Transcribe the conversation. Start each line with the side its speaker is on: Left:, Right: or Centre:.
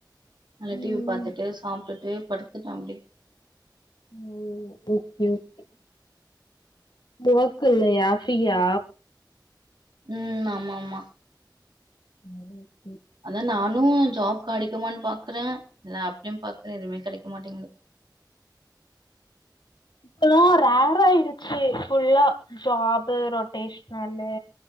Right: நல்லா
Left: ம்
Right: டிவி பாத்துட்டு சாப்டுட்டு படுத்துட்டே அப்டியே
Left: ம் ஓகே ஓகே ஒர்க் இல்லையா ஃப்ரீயா
Right: உம் ஆமாமா
Left: <unintelligible>
Right: அத நானு ஜாப் கெடைக்குமானு பாக்குற இல்ல அப்படியும் பாக்குறே எதுமே கெடைக்க மாட்டேங்குது
Left: இப்பல்லா ரேர் ஆயிருச்சு ஃபுல்லா job rotational